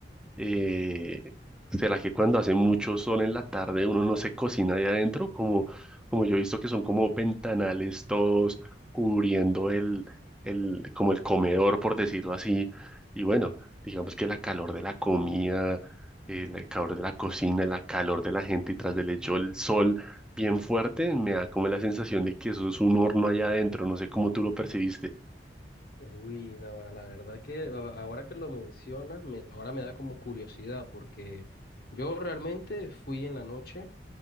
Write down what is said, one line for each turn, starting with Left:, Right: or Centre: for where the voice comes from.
Centre: Eh, ¿será que cuando hace mucho sol en la tarde uno no se cocina ahí adentro? Como, como yo he visto que son como ventanales todos cubriendo el, el, como el comedor, por decirlo así. Y bueno, digamos que la calor de la comida, el, el calor de la cocina, la calor de la gente y tras del hecho el sol bien fuerte, me da como la sensación de que eso es un horno allá adentro. No sé cómo tú lo percibiste.
Left: Uy, Navarra, la verdad que a- ahora que lo mencionas, me- ahora me da como curiosidad porque yo realmente fui en la noche